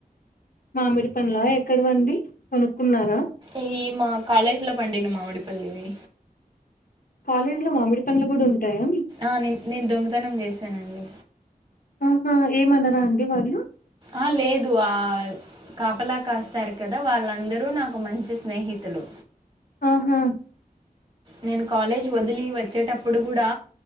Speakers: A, on the left (about 70°); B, on the right (about 35°).
A: మామిడి పండ్లా ఎక్కడివండి. కొనుక్కున్నారా?
B: ఈ మా కాలేజ్లో పండిన మామిడిపల్లివి.
A: కాలేజ్ లో మామిడి పండ్లు కూడా ఉంటాయా.
B: ఆ నేన్ నేను దొంగతనం చేశానండి.
A: ఆహా ఏమనరా అండి వాళ్ళు
B: ఆహా లేదు ఆ కాపలా కాస్తారు కదా వాళ్ళందరూ నాకు మంచి స్నేహితులు.
A: ఆహా
B: నేను కాలేజీ వదిలి వచ్చేటప్పుడు కూడా